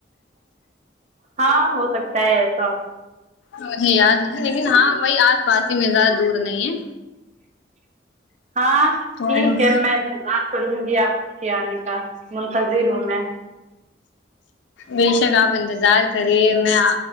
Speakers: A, on the right; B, on the left.
A: ہاں ہو سکتا ہے ایسا
B: مجھے یاد نہیں لیکن ہاں وہی آس پاس ہی میں زیادہ دور نہیں ہے
A: ج <inaudible> ہاں
B: تو
A: ٹھیک ہے میں انتظار کروں گی آپ کے آنے کا منتظر ہوں میں
B: بے شک آپ انتظار کریے میں